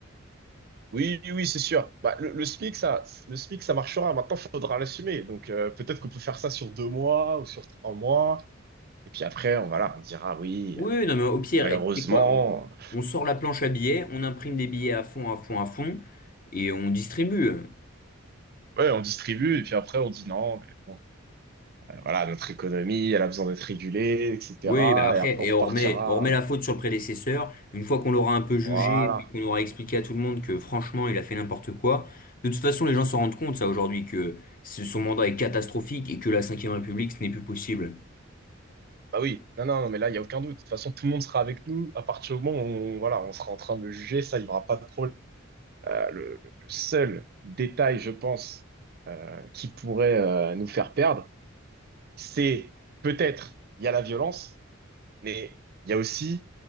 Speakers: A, on the right; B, on the left.
A: Oui, oui, oui, c'est sûr. Bah, le, le SMIC, ça, le SMIC, ça marchera. Maintenant, il faudra l'assumer. Donc, euh, peut-être qu'on peut faire ça sur deux mois ou sur trois mois. Et puis après, on, voilà, on dira oui,
B: Oui,
A: euh,
B: oui, non mais au pire,
A: malheureusement.
B: et tu sais quoi, on,
A: euh,
B: on sort la planche à billets, on imprime des billets à fond, à fond, à fond, et on distribue.
A: Ouais, on distribue. Et puis après, on dit non. Mais bon. Voilà, notre économie, elle a besoin d'être régulée, etc.
B: Oui, bah après,
A: Et après,
B: et
A: on repartira.
B: on remet, on remet la faute sur le prédécesseur. Une fois qu'on l'aura un peu jugé
A: Voilà.
B: et puis qu'on aura expliqué à tout le monde que franchement, il a fait n'importe quoi. De toute façon, les gens s'en rendent compte, ça, aujourd'hui, que ce- son mandat est catastrophique et que la Cinquième République, ce n'est plus possible.
A: Bah oui, non, non, non, mais là, il n'y a aucun doute. De toute façon, tout le monde sera avec nous à partir du moment où on, voilà, on sera en train de le juger, ça, il n'y aura pas de problème. Euh, le, le- le seul détail, je pense, euh, qui pourrait euh, nous faire perdre, c'est peut-être, il y a la violence, mais il y a aussi